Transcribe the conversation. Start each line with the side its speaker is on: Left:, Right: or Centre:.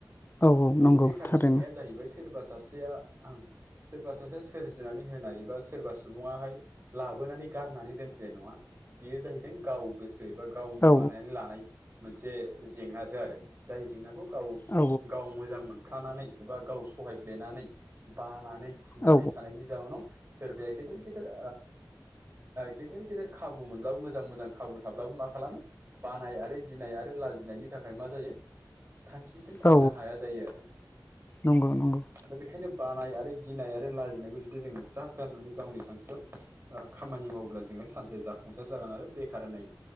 Left: औ औ
Right: बै
Left: नंगौ
Right: बेखार
Left: थारैनो
Right: जेंनाया जाहैबाय सोरबा सासेया ओ सोरबा सासे सोरजिनानै होनाय बा सोरबा सुबुङाहाय लाबोनानै गारनानै दोनफैनाय नङा। बेयो जाहैदों गाव गोसो एबा गावनो
Left: औ
Right: बानायनानै लानाय मोनसे जेंनासो आरो जाय जेंनाखौ गाव
Left: औ
Right: गाव मोजां मोन फ्लानानै एबा गाव सहायफ्लेनानै बानानै गिनानै
Left: औ
Right: थानायनि जनाव सोरबाया गेदेर गेदेर गेदेर गेदेर खाबु खाबु मोनब्लाबो मोजां मोजां खाबु थाब्लाबो मा खालामो बानाय आरो गिनाय आरो लाजिनायनि थाखाय मा जायो? थांखिसिम थांनो
Left: औ
Right: हाया जायो आरो
Left: नंगौ नंगौ
Right: दा बेखायनो बानाय आरो गिनाय आरो लाजिनायखौ जुदि जोङो ज्राब गारनानै गावनि थांखियाव खामानि मावोब्ला जों सानसे जाफुंसार जागोन आरो बेखार होननाय